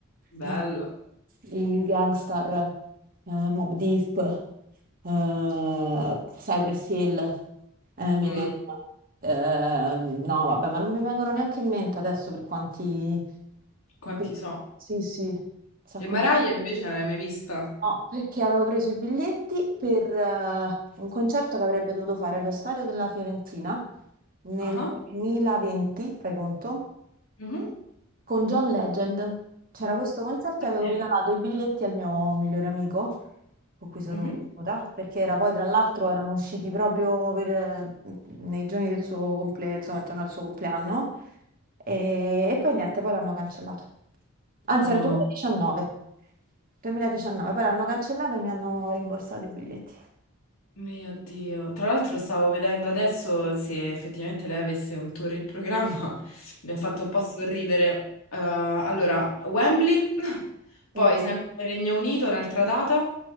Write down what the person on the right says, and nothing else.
eh, i Gangstar, eh, Mobb Deep, eh, Cypress Hill, Eminem.
Ehm, no, vabbè, ma non mi vengono neanche in mente adesso per quanti... per-
per-
Sì, sì, un sacco
di-
No, perché avevo preso i biglietti per eh, un concerto che avrebbe dovuto fare allo stadio della Fiorentina nel
2020, fai conto?
con John Legend. C'era questo concerto
e avevo
regalato i biglietti al mio migliore amico, con cui sono
cresciuta, perché era poi tra l'altro erano usciti proprio per- nei giorni del suo compleanno, insomma, intorno al suo compleanno. E, e poi niente, poi l'hanno cancellato. Anzi,
era il 2019. 2019, poi l'hanno cancellato e mi hanno rimborsato i biglietti.
No.
Eh,